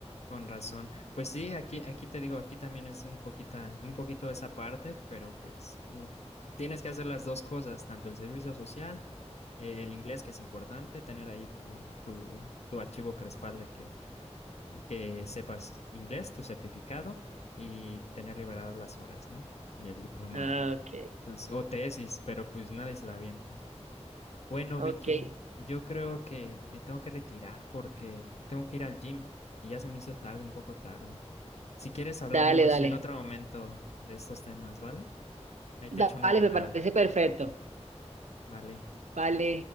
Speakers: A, on the left (about 70°); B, on the right (about 85°).
A: con razón. Pues sí, aquí, aquí te digo, aquí también es un poquita, un poquito esa parte, pero pues mm, tienes que hacer las dos cosas, tanto el servicio social, eh, el inglés que es importante, tener ahí tu, tu, tu archivo que respalde que, de que sepas inglés, tu certificado y tener liberadas las horas, ¿no? Y el diplomado.
B: Ah, ok,
A: Entonces, o tesis, pero pues nadie se la avienta. Bueno,
B: ok.
A: Vicky, yo creo que me tengo que retirar porque tengo que ir al gym y ya se me hizo tarde, un poco tarde. Si quieres, hablamos
B: Dale, dale.
A: en otro momento de estos temas, ¿vale? Ahí te
B: Dale,
A: echo una llamada,
B: me parece perfecto.
A: ¿vale?
B: Vale.